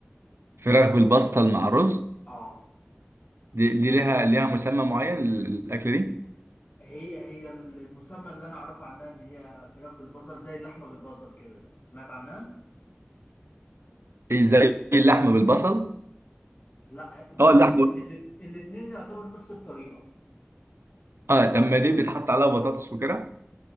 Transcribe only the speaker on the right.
فراخ بالبصل مع رز
دي, دي ليها ليها مسمى معين ال- الاكله دي
إيه، زي اللحمه بالبصل
اه اللحمه
اه لما دي بيتحط عليها بطاطس وكده